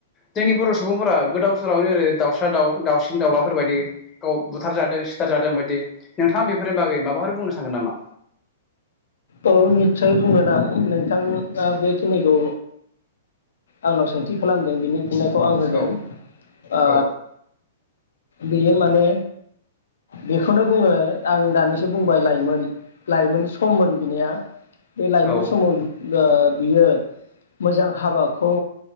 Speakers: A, on the left (about 20°); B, on the left (about 80°).
A: जोंनि बर' सुबुंफोरा गोदाव सोरावनो जेरै दाउस्रा दाउ दाउ दावसिन दावउलाफोर बायदि गाव बुथारजादों सिथारादों बायदि नोंथाङा बेफोरनि बागै माबाफोर बुंनो सानो नामा?
B: औ निटसय बुंगोन आं नोंथाङा बेखिनिखौ आंनाव सोंथि खालामदों बिनि फिनायखौ आं होगोन।
A: औ
B: ओ
A: औ
B: बेयो माने बेखौनो बुङो आं दानिसो बुंबाय लाइमोन लाइमोन सममोन बिनिया बे लाइमोन
A: औ
B: समाव ओ बियो मोजां हाबाखौ